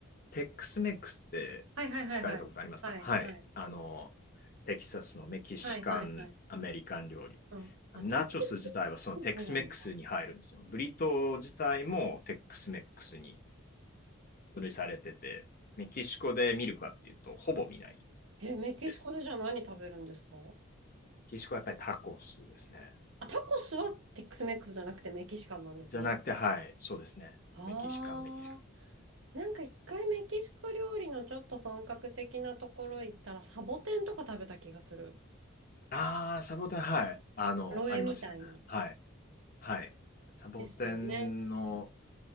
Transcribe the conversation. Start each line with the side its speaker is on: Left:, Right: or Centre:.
Left: テックスメックスって聞かれたことありますかはい。
Right: いはいはいはい。はいはい。
Left: あの、テキサスのメキシカン、
Right: はいはいはい。
Left: アメリカン料理。
Right: うん。あ、
Left: ナチョス自体はそのテックスメックスに入るんですよ。
Right: テックスなんだ。
Left: ブリトー自体もテックスメックスに分類されてて、メキシコで見るかっていうと、ほぼ見ない
Right: え、メキシコでじゃあ何食べるんですか
Left: です。メキシコはやっぱりタコスですね。
Right: あ、タコスはテックスメックスじゃなくてメキシカンなんですね。
Left: じゃなくて、はい、そうですね。
Right: ああ。
Left: メキシカン、メキシカンです。
Right: なんか一回メキシコ料理のちょっと本格的なところ行ったらサボテンとか食べた気がする。
Left: ああ、サボテン、はい。あの、
Right: ロエみたいな。
Left: ありますよね。はい。はい。サボテンの、
Right: ですよね。